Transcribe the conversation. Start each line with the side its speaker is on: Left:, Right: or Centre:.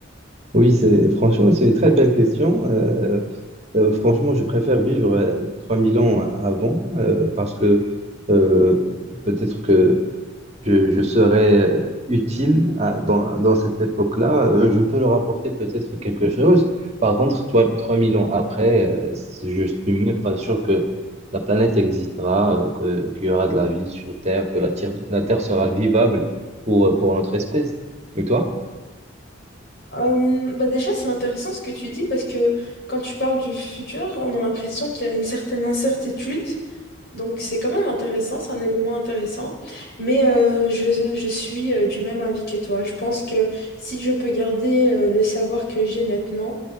Right: Oui, c'est franchement, c'est une très belle question. Euh, euh, franchement, je préfère vivre euh, 3000 ans avant euh, parce que euh, peut-être que je, je serais euh, utile à- dans, dans cette époque-là, euh, je peux leur apporter peut-être quelque chose. Par contre, toi, 3000 ans après, euh, c- je suis même pas sûr que la planète existera, euh, que, qu'il y aura de la vie sur Terre, que la, tire- la Terre sera vivable pour, euh, pour notre espèce. Et toi?
Left: Euh, bah déjà, c'est intéressant ce que tu dis parce que quand tu parles du futur, on a l'impression qu'il y a une certaine incertitude Donc c'est quand même intéressant, c'est un élément intéressant. Mais euh, je, je suis euh, du même avis que toi. Je pense que si je peux garder euh, le savoir que j'ai maintenant